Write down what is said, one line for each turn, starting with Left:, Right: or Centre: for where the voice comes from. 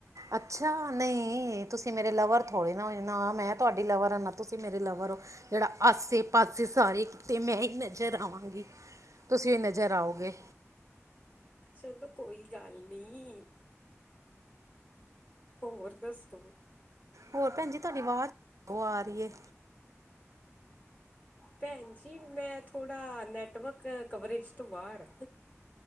Right: ਅੱਛਾ ਨਹੀਂ ਤੁਸੀਂ ਮੇਰੇ ਲਵਰ ਥੋੜੇ ਨਾ ਹੋ ਨਾ ਮੈਂ ਤੁਹਾਡੀ ਲਵਰ ਆ ਨਾ ਤੁਸੀਂ ਮੇਰੇ ਲਵਰ ਹੋ ਜਿਹੜਾ ਆਸੇ ਪਾਸੇ ਸਾਰੇ ਕੀਤੇ ਮੈਂ ਹੀ ਨਜ਼ਰ ਆਵਾਂਗੀ ਤੁਸੀਂ ਨਜ਼ਰ ਆਓਗੇ।
Left: ਚਲੋ ਕੋਈ ਗੱਲ ਨਹੀਂ। ਹੋਰ ਦੱਸੋ?
Right: ਹੋਰ ਭੈਣ ਜ ਤੁਹਾਡੀ ਆਵਾਜ਼ ਉਹ ਆ ਰਹੀ ਹੈ।
Left: ਭੈਣ ਜੀ ਮੈਂ ਥੋੜ੍ਹਾ ਨੈਟਵਰਕ ਕਵਰੇਜ ਤੋਂ ਬਾਹਰ